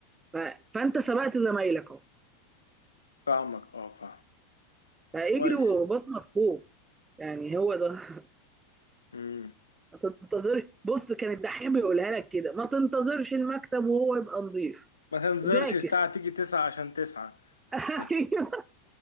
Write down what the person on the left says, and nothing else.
فاهمك اه فاهم
كويس
امم
ما تنزلش
الساعة تيجي تسعة عشان تسعة
<laughs>